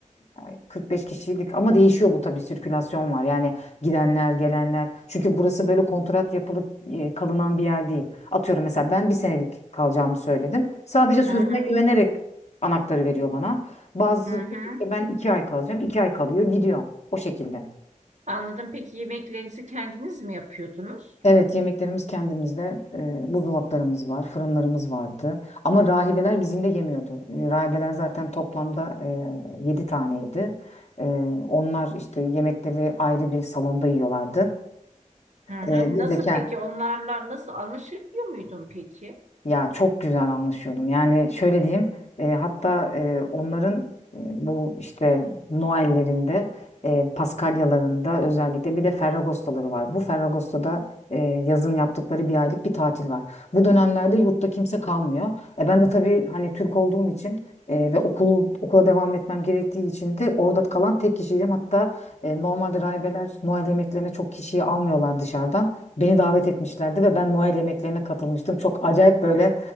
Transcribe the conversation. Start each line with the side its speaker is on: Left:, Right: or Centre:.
Left: yani 45 kişiydik ama değişiyor bu tabii sirkülasyon var yani gidenler gelenler çünkü burası böyle kontrat yapılıp e, kalınan bir yer değil. Atıyorum mesela ben bir senelik kalacağımı söyledim sadece sözüme
Right: Hı hı,
Left: güvenerek anahtarı veriyor bana bazısı
Right: hı hı.
Left: diyor ki işte ben iki ay kalacağım iki ay kalıyor gidiyor o şekilde.
Right: Anladım. Peki yemeklerinizi kendiniz mi yapıyordunuz?
Left: Evet yemeklerimiz kendimizde e, buzdolaplarımız var, fırınlarımız vardı. Ama rahibeler bizim de yemiyordu. E, Rahibeler zaten toplamda e, 7 taneydi. E, onlar işte yemekleri ayrı bir salonda yiyorlardı.
Right: Hı hı.
Left: E, biz
Right: Nasıl
Left: de Hı.
Right: peki onlarla nasıl anlaşabiliyor muydun peki?
Left: Ya çok güzel anlaşıyordum. Yani şöyle diyeyim, e, hatta e, onların e, bu işte Noel'lerinde, e, Paskalyalarında özellikle bir de Ferragostaları var. Bu Ferragosto'da e, yazın yaptıkları bir aylık bir tatil var. Bu dönemlerde yurtta kimse kalmıyor. E, ben de tabii hani Türk olduğum için e, ve okul okula devam etmem gerektiği için de orada kalan tek kişiydim. Hatta e, normalde rahibeler Noel yemeklerine çok kişiyi almıyorlar dışarıdan. Beni davet etmişlerdi ve ben Noel yemeklerine katılmıştım. Çok acayip böyle